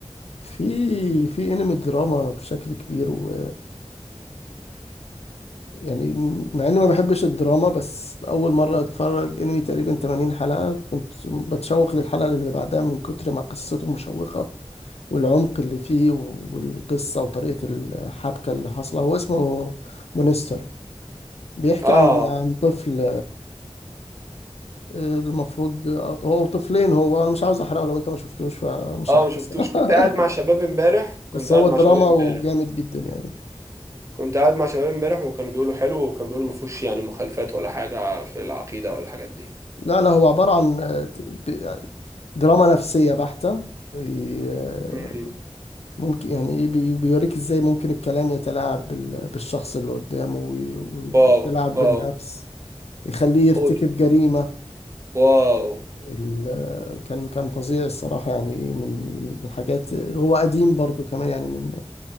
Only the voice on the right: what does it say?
اه
اه
ما شفتوش
كنت
قاعد مع شباب امبارح كنت
قاعد
مع
شباب امبارح
كنت قاعد مع شباب امبارح وكانوا بيقولوا حلو وكانوا بيقولوا ما فيهوش يعني مخالفات ولا حاجة في العقيدة ولا الحاجات دي
مم.
واو
واو
قوت
واو